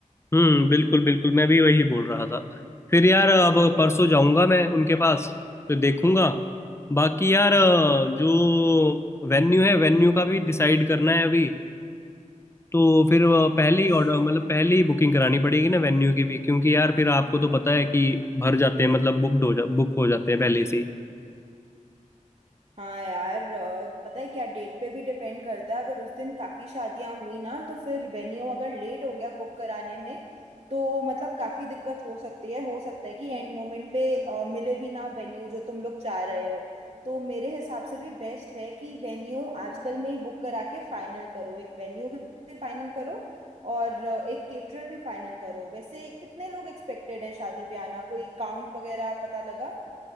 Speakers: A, on the left; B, on the right.
A: हम्म बिल्कुल बिल्कुल मैं भी वही बोल रहा था फिर यार अब परसों जाऊंगा मैं उनके पास तो देखूंगा बाकी यार अ, जो वेन्यू है वेन्यू का भी डिसाइड करना है अभी तो फिर अ, पहले
B: अच्छा
A: ही ऑर्डर मतलब पहले ही बुकिंग करानी पड़ेगी ना वेन्यू की भी क्योंकि यार फिर आपको तो पता है कि भर जाते हैं मतलब बुकड हो जा बुक हो जाते हैं पहले से ही
B: हाँ यार अ, पता है क्या डेट पे भी डिपेंड करता है अगर उस दिन काफी शादियां हुई ना तो फिर वेन्यू अगर लेट हो गया बुक कराने में तो मतलब काफी दिक्कत हो सकती है हो सकता है कि एंड मोमेंट पे अ, मिले भी ना वेन्यू जो तुम लोग चाह रहे हो तो मेरे हिसाब से भी बेस्ट है कि वेन्यू आजकल में ही बुक करा के फाइनल करो एक वेन्यू भी फाइनल करो और अ, एक केटरर भी फाइनल करो वैसे कितने लोग एक्सपेक्टेड है शादी पे आना कोई काउंट वगैरह पता लगा